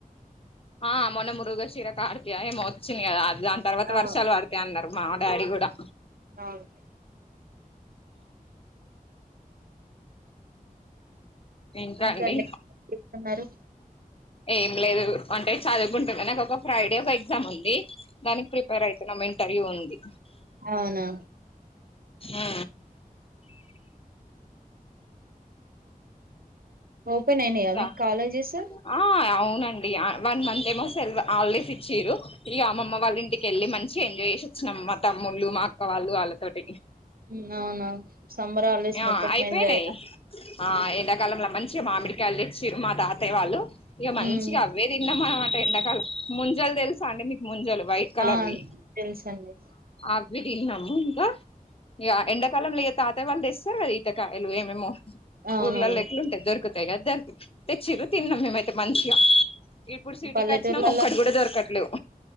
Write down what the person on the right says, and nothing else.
ఆ
అవును
ఇంకండి
ఏం చేస్తున్నారు
అవునా
ఓపెన్ అయినాయా
మీకు కాలేజెస్
ఉమ్ అవునా సంబర్ హలీడేస్
మొత్తం
ఎంజాయేనా
హ్మ్
ఆ
తెలుసండి
అవునవును
పల్లెటూర్లలో